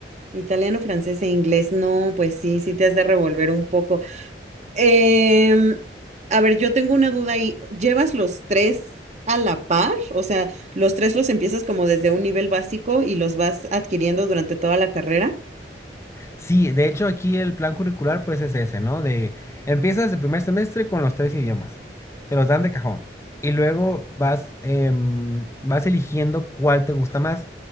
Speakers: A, on the right (about 40°); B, on the left (about 15°).
A: Italiano, francés e inglés. No, pues sí, sí te has de revolver un poco. Em, a ver, yo tengo una duda ahí. ¿Llevas los tres a la par? O sea, ¿los tres los empiezas como desde un nivel básico y los vas adquiriendo durante toda la carrera?
B: Sí, de hecho aquí el plan curricular pues es ese, ¿no? De empiezas el primer semestre con los tres idiomas, te los dan de cajón y luego vas, em, vas eligiendo cuál te gusta más